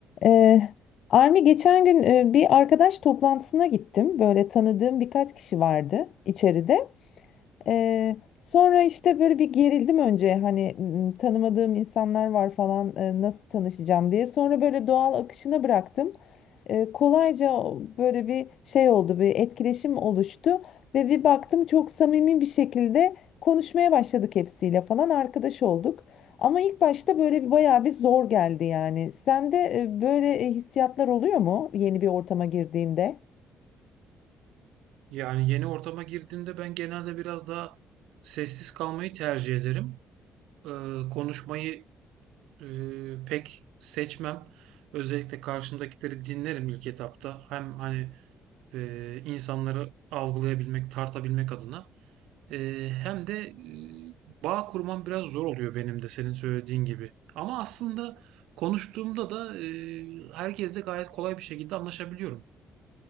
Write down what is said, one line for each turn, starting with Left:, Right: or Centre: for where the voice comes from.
Left: Ee, Armi geçen gün e, bir arkadaş toplantısına gittim. Böyle tanıdığım birkaç kişi vardı içeride. Ee, sonra işte böyle bir gerildim önce hani m, tanımadığım insanlar var falan e, nasıl tanışacağım diye. Sonra böyle doğal akışına bıraktım. E, kolayca böyle bir şey oldu, bir etkileşim oluştu ve bir baktım çok samimi bir şekilde konuşmaya başladık hepsiyle falan arkadaş olduk. Ama ilk başta böyle bir bayağı bir zor geldi yani. Sende e, böyle e, hissiyatlar oluyor mu yeni bir ortama girdiğinde?
Right: Yani yeni ortama girdiğimde ben genelde biraz daha sessiz kalmayı tercih ederim. Ee, konuşmayı e, pek seçmem. Özellikle karşımdakileri dinlerim ilk etapta. Hem hani e, insanları algılayabilmek, tartabilmek adına. E, hem de e, bağ kurmam biraz zor oluyor benim de senin söylediğin gibi. Ama aslında konuştuğumda da e, herkesle gayet kolay bir şekilde anlaşabiliyorum.